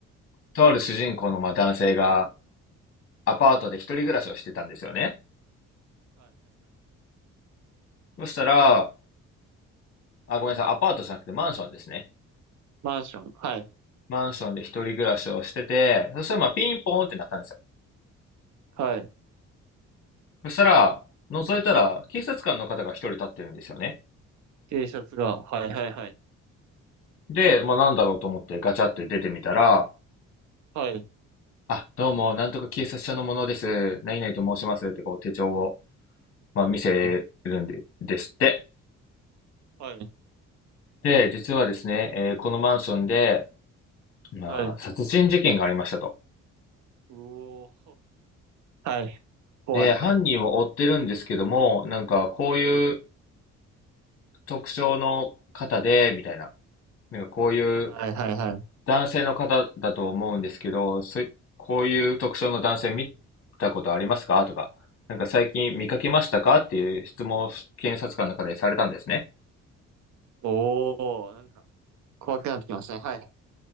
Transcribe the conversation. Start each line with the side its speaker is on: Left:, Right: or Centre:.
Left: とある主人公のまあ男性がアパートで一人暮らしをしてたんですよね。
Right: はい。はいはいはい。
Left: そしたら、あ、ごめんなさい、アパートじゃなくてマンションですね。
Right: マンション。はい。
Left: マンションで一人暮らしをしてて、そしたらまあピンポーンってなったんですよ
Right: あはい。
Left: そしたら、覗いたら、警察官の方が一人立ってるんですよね。
Right: T シャツが。はいはいはい。
Left: で、まあなんだろうと思ってガチャって出てみたら、
Right: はい。
Left: あ、どうも、なんとか警察署の者です。何々と申しますってこう手帳を、まあ、見せるんで、
Right: はい。
Left: ですって。
Right: はい。
Left: で、実はですね、えーこのマンションで、まあ、
Right: はい。
Left: 殺人事件がありましたと。
Right: うおー。はい。怖い。
Left: で、犯人を追ってるんですけども、
Right: はい。
Left: なんかこういう特徴の方で、みたいな。なんかこういう
Right: ははいはいはい。
Left: 男性の方だと思うんですけど、そういこういう特徴の男性見たことありますかとか、なんか最近見かけましたかっていう質問を検察官の方でされたんですね。
Right: はい。おー、なんか、怖くなってきましたね。はい。